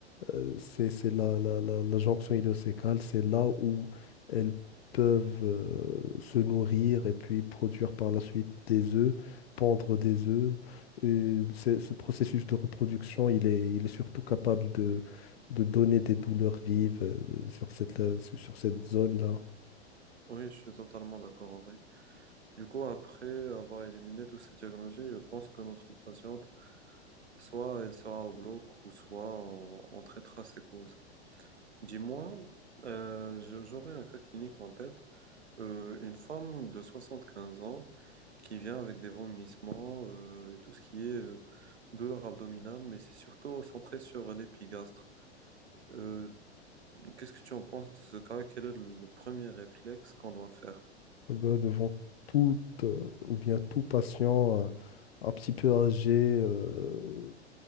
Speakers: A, on the left; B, on the right.
A: euh, c'est, c'est la, la, la, la jonction idéocécale, c'est là où elles peuvent euh, se nourrir et puis produire par la suite des œufs, pondre des œufs. Et c'est- ce processus de reproduction, il est, il est surtout capable de, de donner des douleurs vives euh, sur cette, euh, sur cette zone-là.
B: Oui, je suis totalement d'accord en vrai. Du coup, après avoir éliminé tous ces diagnostics, je pense que notre patiente Soit elle sera au bloc ou soit on, on traitera ses causes. Dis-moi, euh, je- j'aurais un cas clinique en tête. Euh, une femme de soixante quinze ans qui vient avec des vomissements euh, et tout ce qui est euh, douleur abdominale, mais c'est surtout centré sur l'épigastre. Euh, qu'est-ce que tu en penses de ce cas? Quel est le le premier réflexe qu'on doit faire?
A: ben, devant toute euh, ou bien tout patient euh, un petit peu âgé euh,